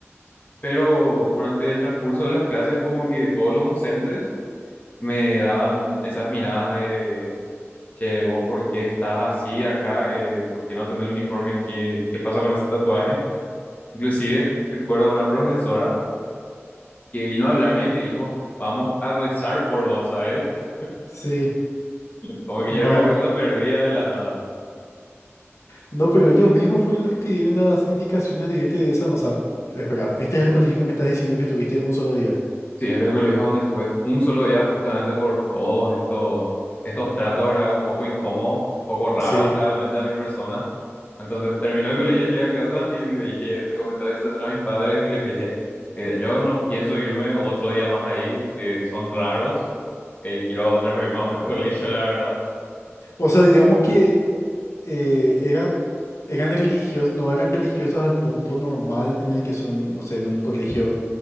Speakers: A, on the left; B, on the left.
A: pero durante el transcurso de las clases como que todos los docentes me daban esas miradas de, che, vos por qué estás así acá, Eh, por qué no tenés el uniforme, ¿Qué, qué pasa con ese tatuaje. Inclusive recuerdo una profesora que vino a hablarme y me dijo, vamos a rezar por vos, ¿sabes? <laughs>
B: sí,
A: Como que
B: no.
A: yo era una cosa perdida de la nada.
B: No, pero ellos mismos fueron los que te dieron las indicaciones de irte de esa. O sea, espera, este es el colegio que me estás diciendo que estuviste un solo día.
A: Sí, este es el colegio donde estuve un solo día, justamente por todos estos, estos tratos, ¿verdad? Un poco incómodos, un poco raros
B: Sí.
A: realmente a mi persona. Entonces terminó el colegio, llegué a casa y le dije, le comenté la situación a mis padres y les dije, eh, yo no pienso irme otro día más ahí, eh, son raros, eh, quiero transferirme a otro <laughs> colegio, la verdad.
B: O sea, digamos que eh, eran, eran religiosos, no eran religiosos al punto normal en el que son, no sé, en un colegio